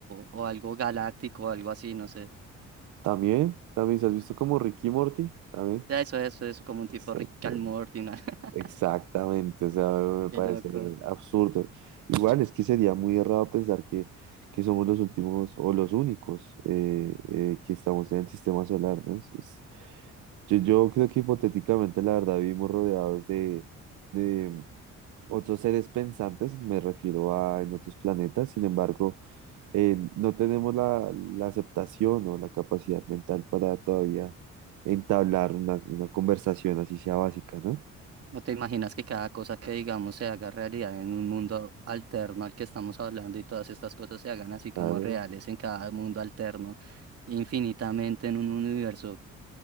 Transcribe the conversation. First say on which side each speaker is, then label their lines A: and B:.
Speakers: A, on the right; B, on the right.
A: o, o algo galáctico o algo así, no sé.
B: También, también, ¿se has visto como Ricky y Morty? También.
A: Ya eso, eso, eso, como un
B: Exacto.
A: tipo Rick and Morty, ¿no? <laughs>
B: Exactamente, o sea, me
A: Qué
B: parece
A: loco.
B: absurdo. Igual es que sería muy errado pensar que, que somos los últimos o los únicos eh, eh, que estamos en el sistema solar, ¿no? Es- es- yo, yo creo que hipotéticamente, la verdad, vivimos rodeados de, de otros seres pensantes, me refiero a en otros planetas, sin embargo, eh, no tenemos la, la aceptación o la capacidad mental para todavía entablar una, una conversación así sea básica, ¿no?
A: ¿No te imaginas que cada cosa que digamos se haga realidad en un mundo alterno al que estamos hablando y todas estas cosas se hagan así
B: Claro.
A: como reales en cada mundo alterno, infinitamente en un universo,